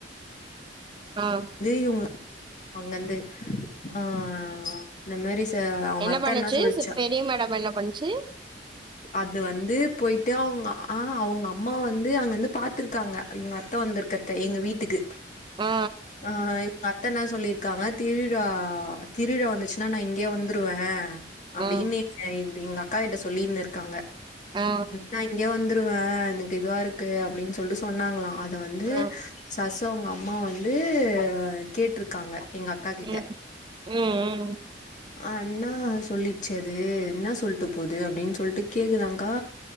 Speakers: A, on the right (about 25°); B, on the left (about 45°).
A: ஆ
B: ப்டு இவுங்க அவுங்வந்து ஆ இந்த மாரி த்த அவுங்க
A: என்ன
B: அத்த
A: பண்ணுச்சு
B: என்னா சொல்ச்சா
A: சு பெரிய மேடம் என்ன பண்ணுச்சு
B: அது வந்து போய்ட்டு அவ்ங்க ஆ அவுங்க அம்மா வந்து அங்கர்ந்து பாத்துருக்காங்க இவ்ங்க அத்த வந்திருக்கற்த எங்க வீட்டுக்கு
A: ஆ
B: ஆ இப் அத்தென்னாஸ் சொல்லிர்க்காங்க திருவிழா திருவிழா வந்துச்னா நா இங்யே வந்துருவ அப்டின்னேக்ங்க
A: ஆ
B: இது எங் அக்கா கிட்ட சொல்லின்னிருக்காங்க
A: ஆ
B: நா இங்க வந்து டுங்க எனக்கு இதுவாருக்கு அப்டின் சொல்ட்டு சொன்னாங்குளா அத வந்து
A: ஆ ஆ
B: சஸு அவுங்க அம்மா வந் து கேட்ருக்காங்க எங்க அக்கா கிட்ட
A: ம் ம் ம்
B: அண்ணா சொல்லிச்சது ன்னா சொல்ட்டு போது அப்டின் சொல்ட்டு கேக்குறாங்க்கா